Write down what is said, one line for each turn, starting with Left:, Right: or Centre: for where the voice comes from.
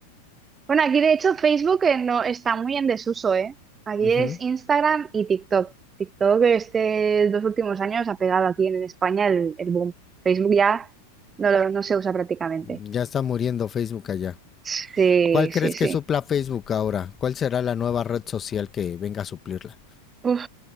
Right: Bueno, aquí de hecho Facebook eh, no está muy en desuso, ¿eh? Aquí
Left: Ujú.
Right: es Instagram y TikTok. TikTok este dos últimos años ha pegado aquí en España el, el boom. Facebook ya no, lo- no se usa prácticamente.
Left: Ya está muriendo Facebook allá.
Right: Sí,
Left: ¿Cuál crees
Right: sí,
Left: que
Right: sí.
Left: supla Facebook ahora? ¿Cuál será la nueva red social que venga a suplirla?
Right: Uf.